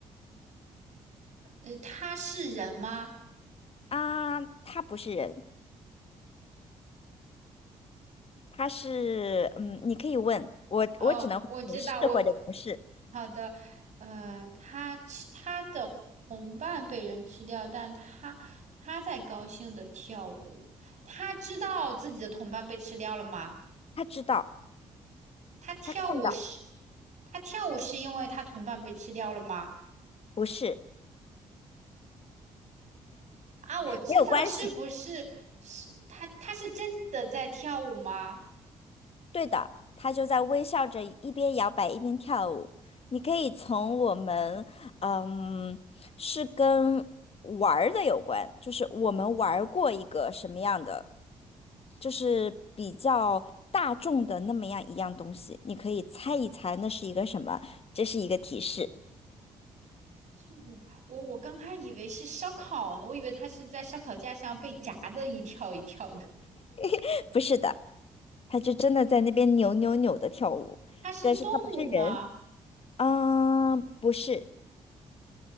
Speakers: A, on the right; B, on the left.
A: 呃，他是人吗？
B: 啊，他不是人，他是嗯，你可以问我，
A: 哦，
B: 我只能回你是或者不是。
A: 我知道，我好的。呃，他吃他的同伴被人吃掉，但他他在高兴的跳舞。他知道自己的同伴被吃掉了吗？
B: 他知道，
A: 他跳舞是，
B: 他看到，
A: 他跳舞是因为他同伴被吃掉了吗？
B: 不是，
A: 啊，我知道，
B: 没有关系。
A: 是不是是他？他是真的在跳舞吗？
B: 对的，他就在微笑着，一边摇摆一边跳舞。你可以从我们，嗯，是跟玩儿的有关，就是我们玩儿过一个什么样的，就是比较大众的那么样一样东西，你可以猜一猜那是一个什么，这是一个提示。
A: 是我，我我刚开始以为是烧烤呢，我以为他是在烧烤架上被炸的一跳一跳的。
B: <laughs> 不是的，他就真的在那边扭扭扭的跳舞，
A: 他是动物吗？
B: 但是他不是人，嗯，不是，